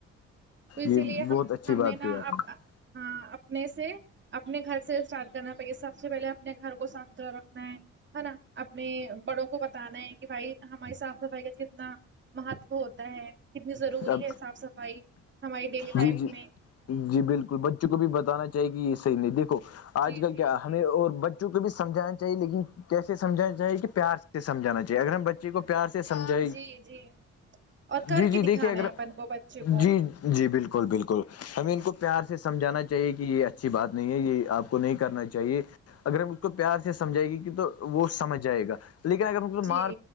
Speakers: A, on the right (about 40°); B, on the left (about 55°).
A: تو اسی
B: یہ
A: لیے
B: بہت
A: ہم
B: اچھی
A: ہمیں
B: بات
A: نا
B: کہی آپ
A: اب
B: نے
A: ہاں اپنے سے اپنے گھر سے اسٹارٹ کرنا پڑے سب سے پہلے اپنے گھر کو صاف ستھرا رکھنا ہے ہے نا اپنے بڑوں کو بتانا ہے کہ بھائی ہماری صاف صفائی کا کتنا مہتو ہوتا ہے کتنی ضروری
B: اب
A: ہے صاف صفائی ہماری ڈیلی لائف
B: جی جی
A: میں
B: جی بالکل بچوں کو بھی بتانا چاہے کہ یہ صحیح نہیں دیکھو آج
A: جی
B: کل
A: جی
B: کیا ہمیں اور بچوں کو بھی سمجھانا چاہیے لیکن کیسے سمجانا چاہیے کہ پیار سے سے سمجھانا چاہیے اگر ہم بچے کو پیار سے سمجھایں
A: جی جی اور کر
B: جی جی
A: کے دکھانا
B: دیکھیے اگر
A: ہے اپن کو بچے کو
B: جی جی بالکل بالکل ہمیں ان کو پیار سے سمجھانا چاہیے کہ یہ اچھی بات نہیں ہے یہ آپ نہیں کرنا چاہیے اگر ہم اس کو پیار سے سمجھائے گی کہ تو وہ سمجھ جائے گا لیکن اگر ہم کو
A: جی
B: مار